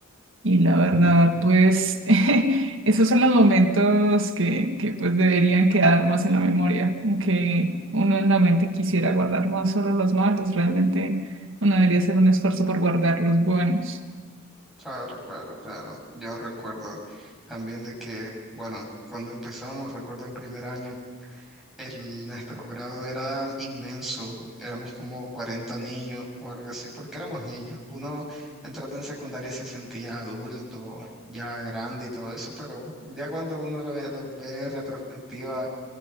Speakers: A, on the right; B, in the centre.
A: Y la verdad,
B: sí,
A: pues <laughs> esos son los momentos que, que pues deberían quedar más en la memoria, aunque uno en la mente quisiera guardar más solo los malos, realmente uno debería hacer un esfuerzo por guardar los buenos.
B: claro, claro, claro. Yo recuerdo también de que, bueno, cuando empezamos, recuerdo en primer año. El, nuestro grado era inmenso, éramos como 40 niños o algo así, porque éramos niños. Uno entrando en secundaria se sentía adulto, ya grande y todo eso, pero ya cuando uno lo ve, lo ve en retrospectiva